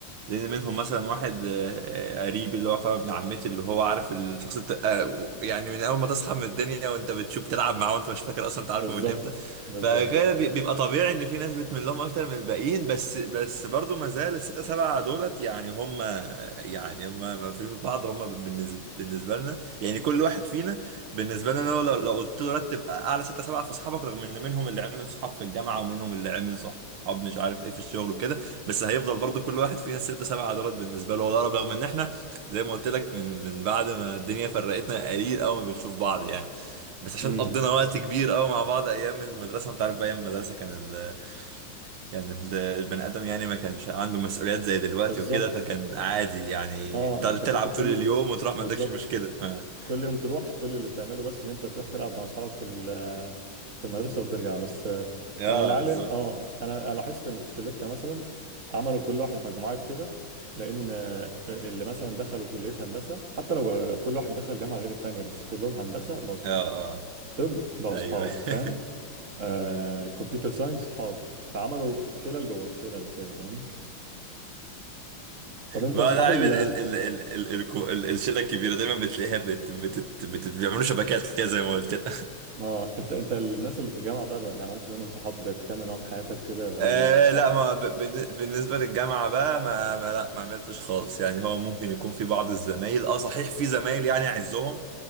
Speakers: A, on the right; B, on the right.
A: لان منهم مثلا واحد آه، آه، قريب اللي هو طبعا ابن عمتي اللي هو عارف الشخص الت... آه، و- يعني من اول ما تصحى من الدنيا وانت بتشوف تلعب معاه وانت مش فاكر اصلا انت عارفه
B: بالظبط
A: من امتى
B: بالظبط
A: فكده بي- بيبقى طبيعي ان في ناس بتميل لهم اكتر من الباقيين بس بس برضو ما زال الستة سبعة دولت يعني هم يعني هم ما في بعض هم بالنسبة, بالنسبة لنا يعني كل واحد فينا بالنسبة لنا لو, لو لو قلت له رتب اعلى ستة سبعة في اصحابك رغم ان منهم اللي عمل صحاب في الجامعة ومنهم اللي عمل صحاب مش عارف ايه في الشغل وكده بس هيفضل برضو كل واحد فينا ست سبع عضلات بالنسبه له هو الأقرب رغم ان احنا زي ما قلت لك من من بعد ما الدنيا فرقتنا قليل قوي ما بنشوف بعض يعني بس عشان
B: امم
A: قضينا وقت كبير قوي مع بعض ايام المدرسه وانت عارف بقى ايام المدرسه كان ال... كان ال- البني ادم يعني ما كانش عنده مسؤوليات زي دلوقتي
B: بالظبط
A: وكده فكان عادي يعني
B: اه
A: تل-
B: انت
A: تلعب
B: كنت كل
A: طول اليوم وتروح
B: بالظبط
A: ما عندكش مشكله ما...
B: كل يوم تروح كل اللي بتعمله بس ان انت تروح تلعب مع اصحابك في ال- في المدرسه وترجع بس آه،
A: اه
B: انا العيال
A: بالظبط
B: اه انا أنا لاحظت ان في شلتنا مثلا عملوا كل واحد مجموعات كده لان آه، اللي مثلا دخلوا كليه هندسه حتى لو كل واحد دخل جامعه غير التانيه بس كلهم هندسه بقوا اصحاب
A: اه اه
B: طب بقوا
A: ايوه
B: اصحاب فاهم
A: <laughs>
B: آه كمبيوتر ساينس صحاب فعملوا شلل جوه الشلل كده فاهمني طب انت
A: ما
B: اصحاب
A: انا عارف
B: ال
A: ال ال ال ال ال الكو- ال الشله الكبيره دايما بتلاقيها بت بت بت بيعملوا شبكات كده زي ما قلت لك
B: اه انت انت الناس اللي في الجامعه طيب يعني عملت منهم صحاب تكمل معاهم حياتك كده يعني
A: آه
B: صحاب
A: لا ما ب- بالن- بالنسبه للجامعه بقى ما, ما لا ما عملتش خالص يعني هو ممكن يكون في بعض الزمايل اه صحيح في زمايل يعني اعزهم